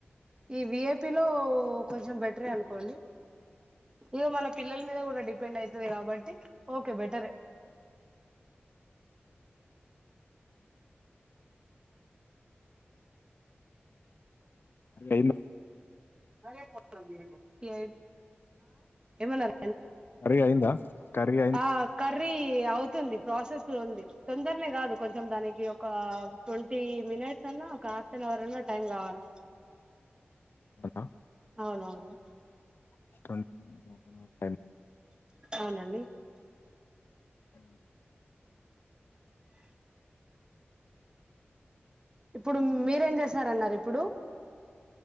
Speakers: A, on the right (about 20°); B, on the left (about 55°).
A: ఈ వి ఐ పి లో కొంచెం బెటరే అనుకోండి ఇగో మన పిల్లల మీద కూడా డి ఫ్రెండ్ అయితది కాబట్టి ఓకే బెటరే
B: ఏంద్
A: ఆ ఏమన్నారు
B: కర్రీ అయిందా కర్రీ అయిం
A: ఆ కర్రీ అవుతుంది ప్రాసెస్ లో ఉంది తొందరనే కాదు కొంచం దానికి ఒక ట్వంటీ మినిట్స్ అన్నా ఒక హాఫ్ అన్ అవర్ అన్నా టైం కావాలి
B: అవ్నా
A: అవునవును
B: <inaudible>
A: అవ్న్నండి
B: మ్మ్
A: ఇప్పుడు మీరేం చేసారన్నాన్నరిప్పుడు